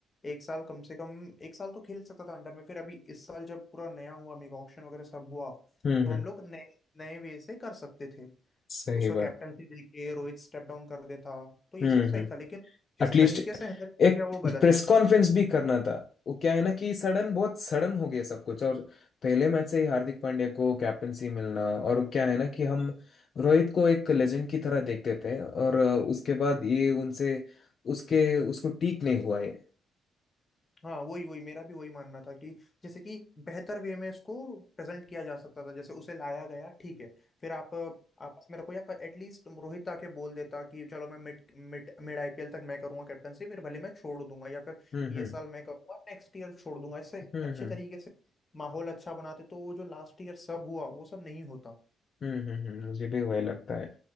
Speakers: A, on the left; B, on the left.
A: एक साल कम से कम एक साल तो खेल सकता था अंडर में फिर अभी इस साल जब पूरा नया हुआ मेगा ऑक्शन वगैरह सब हुआ
B: हम्म,
A: तो
B: हम्म,
A: हम लोग नए नए वे से कर सकते थे
B: सही
A: उसको
B: बात
A: कैप्टनसी देके रोहित स्टेप डाउन कर देता तो ये
B: हम्म
A: सब सही
B: हम्म
A: था लेकिन जिस
B: एटलीस्ट
A: तरीके से हैंडल किया
B: एक
A: गया वो गलत
B: प्रेस कॉन्फ्रेंस भी करना था वो क्या है ना कि सडन बहुत सडन हो गया सब कुछ और पहले मैच से ही हार्दिक पांड्या को कैप्टनसी मिलना और वो क्या है ना कि हम रोहित को एक लेजेंड की तरह देखते थे और अ, उसके बाद ये उनसे उसके उसको ठीक नहीं हुआ है
A: हाँ वही वही मेरा भी वही मानना था कि जैसे कि बेहतर वे में इसको प्रेजेंट किया जा सकता था जैसे उसे लाया गया ठीक है फिर आप आपस में रखो या एटलीस्ट रोहित आके बोल देता कि चलो मैं मिड मिड मिड आईपीएल तक मैं करूंगा कैप्टनसी फिर भले मैं छोड़ दूंगा या फिर
B: हम्म
A: ये
B: हम्म
A: साल मैं करूंगा नेक्स्ट ईयर छोड़ दूंगा इससे
B: हम्म
A: अच्छे
B: हम्म
A: तरीके से माहौल अच्छा बनाते तो वो जो लास्ट ईयर सब हुआ वो सब नहीं होता
B: हम्म हम्म, हम्म, मुझे भी वही लगता है